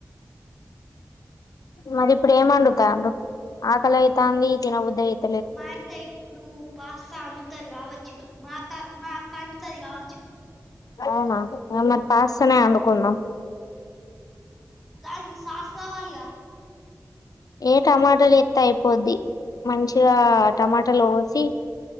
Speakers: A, on the left (about 70°); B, in the centre.
A: మరి ఇప్పుడు ఏం వండుతున్నారు ఆకలి అయితాంది తిన బుద్ధి అయిత
B: మా అత్త ఇప్పుడు పాస్త వండుతారు కావచ్చు మా అక్క మా అక్క వండుతాది కావచ్చు
A: అవునా మొన్నటి పాస్తానే వండుకుందాం
B: దానికి సాస్ కావాలిగా
A: ఏ టమాటాలు ఎత్తే అయిపోద్ది మంచిగా టమాటాలు కోసి